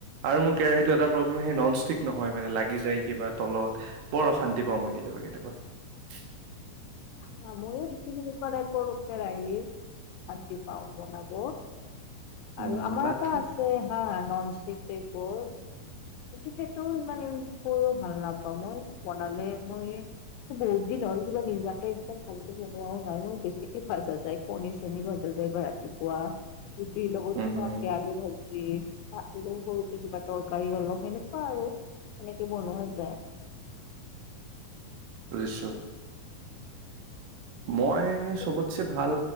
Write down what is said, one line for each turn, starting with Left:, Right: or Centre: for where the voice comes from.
Right: আৰু মোৰ কেৰাহীতটো এটা প্ৰব্লেম সেই নন ষ্টিক নহয়, মানে লাগি যায় কিবা তলত বৰ অশান্তি পা মই কেতিয়াবা, কেতিয়াবা। <unintelligible>
Left: <unintelligible> শান্তি পাওঁ বনাব
Right: উম,
Left: আৰু আমাৰ
Right: বাকী
Left: এটা আছে হা নন <unintelligible> কিন্তু সেইটো ইমান ইউজ কৰিও ভাল নাপাওঁ মই সটো বনালে মই। বহুত দিন হ'ল কিবা নিজাক একদম ভালকে বনেও নাই মই বেছিকে ভাজা যায় কণী- চনী ভাজা যায় বা ৰাতিপুৱা। ৰুটি লগত
Right: উম,
Left: খোৱা
Right: উম,
Left: পিয়াঁজৰ ভাজ। এ, আলু তৰকাৰী অলপ সেনেকুৱা আৰু। এনেকে বনোয়া যায়।
Right: বুজিছোঁ। মই
Left: তুমি
Right: চবতছে, ভাল।